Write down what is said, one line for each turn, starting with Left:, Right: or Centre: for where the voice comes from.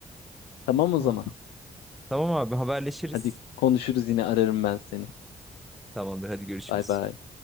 Left: Tamam o
Centre: Ah.
Left: zaman.
Centre: Tamam abi haberleşiriz.
Left: Hadi konuşuruz yine ararım ben seni.
Centre: Tamamdır hadi görüşürüz.
Left: Bay bay.